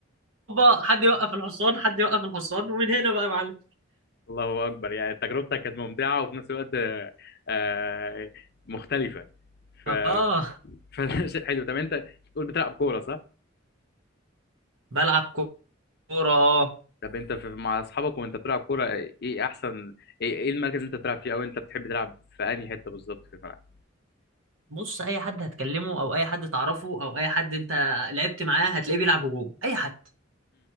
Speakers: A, on the right (about 80°); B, on the left (about 55°).
A: هوبا حد يوقف الحصان حد يوقف الحصان ومن هنا بقى يا معلم
B: الله اكبر يعني تجربتك كانت ممتعه وفي نفس الوقت آه آه، مختلفه ف
A: اه
B: فشيء <laughs> حلو طب انت بتقول بتلعب كوره صح؟
A: بلعب كوره اه
B: طب انت في... مع اصحابك وانت بتلعب كوره ايه احسن ايه إيه المركز اللي انت بتلعب فيه او انت بتحب تلعب في انهي حته بالظبط في الملعب؟
A: بص اي حد هتكلمه او اي حد تعرفه او اي حد انت لعبت معاه هتلاقيه بيلعب هجوم اي حد